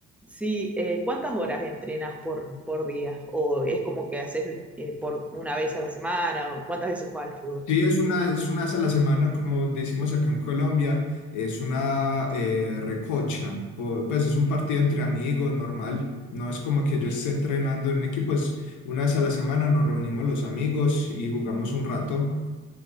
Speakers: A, in the centre; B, on the left (about 75°).
A: Sí, eh, ¿cuántas horas entrenas por, por día? ¿O es como que haces eh, por una vez a la semana? ¿O cuántas veces juegas al fútbol?
B: Sí, es una, es una vez a la semana, como decimos acá en Colombia, es una eh, recocha, po- pues es un partido entre amigos normal, no es como que yo esté entrenando en equipo, es una vez a la semana nos reunimos los amigos y jugamos un rato.